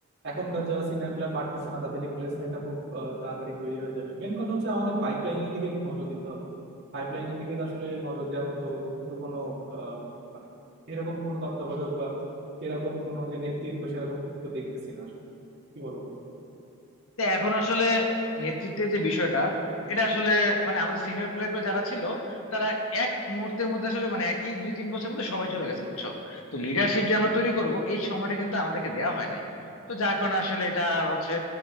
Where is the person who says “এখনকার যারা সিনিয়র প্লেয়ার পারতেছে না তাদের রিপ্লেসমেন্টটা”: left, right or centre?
Right